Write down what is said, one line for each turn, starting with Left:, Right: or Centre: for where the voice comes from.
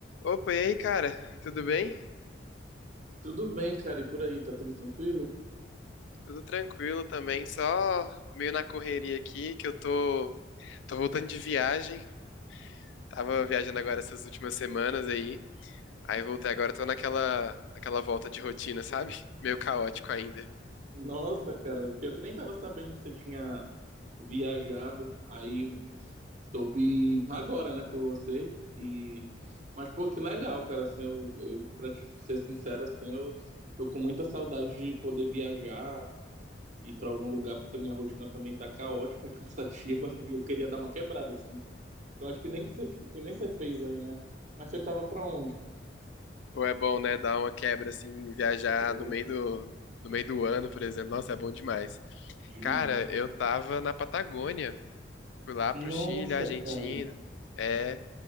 Left: Opa, e aí, cara? Tudo bem?
Right: Tudo bem, cara, e por aí, tá tudo tranquilo?
Left: Tudo tranquilo também, só meio na correria aqui, que eu tô, tô voltando de viagem. Tava viajando agora essas últimas semanas aí. Aí voltei agora, tô naquela, naquela volta de rotina, sabe? <laughs> Meio caótico ainda.
Right: Nossa, cara, pior que eu nem tava sabendo que você tinha viajado, aí soube agora, né, por você, e... Mas, pô, que legal, cara, assim, eu, eu pra te ser sincero, assim, eu tô com muita saudade de poder viajar, ir pra algum lugar, porque minha rotina também tá caótica, <laughs> cansativa, e eu queria dar uma quebrada, assim. Eu acho que nem que você, que nem você fez aí, né? Mas você tava pra onde?
Left: Pô, é bom, né? Dar uma quebra, assim, viajar
Right: Pô,
Left: no meio do, no meio do ano, por exemplo. Nossa, é bom demais.
Right: demais,
Left: Cara,
Right: cara.
Left: eu tava na Patagônia. Fui lá
Right: Nossa,
Left: pro Chile, Argentina.
Right: cara.
Left: É,